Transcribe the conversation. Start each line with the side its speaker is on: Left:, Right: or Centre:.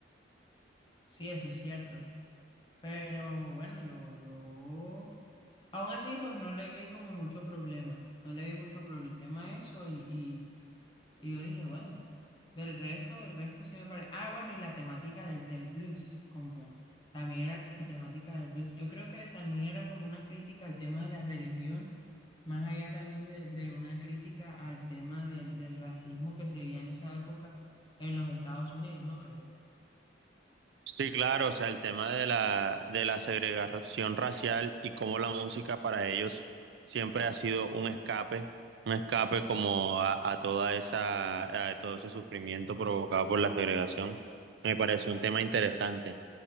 Left: Sí, eso es cierto. Pero bueno, yo, yo, aún así, pues no le vi como mucho problema. No le vi mucho problema a eso y, y, y yo dije, bueno, del resto, del resto sí me parece. Ah, bueno, y la temática del, del blues, como también era la temática del blues. Yo creo que también era como una crítica al tema de la religión, más allá también de, de una crítica al tema del del racismo que se vivía en esa época en los Estados Unidos, ¿no crees?
Right: Sí, claro, o sea, el tema de la, de la segregación racial y cómo la música para ellos siempre ha sido un escape, un escape como a, a toda esa, a todo ese sufrimiento provocado por la segregación, me parece un tema interesante.